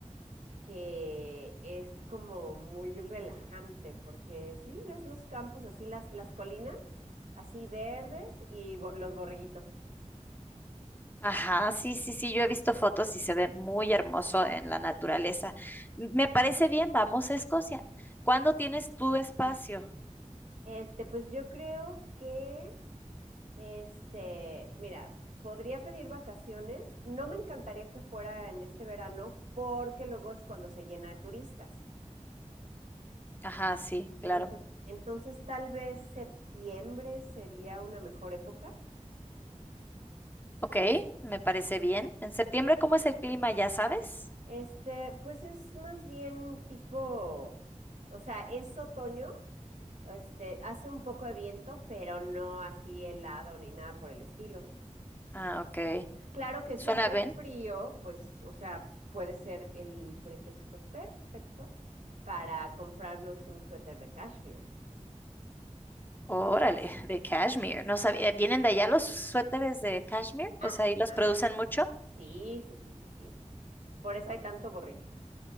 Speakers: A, on the right; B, on the left.
A: que es como muy relajante porque sí, ves los campos así las las colinas así verdes y bo- los borreguitos.
B: Ajá, sí, sí, sí, yo he visto fotos y se ve muy hermoso en la naturaleza. M- Me parece bien, vamos a Escocia. ¿Cuándo tienes tu espacio?
A: Este, pues yo creo que Este, mira, podría pedir vacaciones. No me encantaría que fuera en este verano porque luego es cuando se llena de turistas.
B: Ajá, sí, claro.
A: Ento- entonces, tal vez septiembre sería una mejor época.
B: Ok, me parece bien. ¿En septiembre cómo es el clima, ya sabes?
A: Este, pues es más bien tipo, o sea, es otoño, este, hace un poco de viento, pero no así helado ni nada por el estilo.
B: Ah, ok.
A: Claro que
B: ¿Suena
A: si hace
B: bien?
A: frío, pues, o sea, puede ser el pretexto perfecto para comprarnos un suéter de cashmere.
B: Órale, de cashmere. No sabía, eh, ¿vienen de allá los suéteres de cashmere?
A: Ajá.
B: O sea, ahí los producen mucho.
A: Sí, sí, sí, sí, sí. Por eso hay tanto borreguito.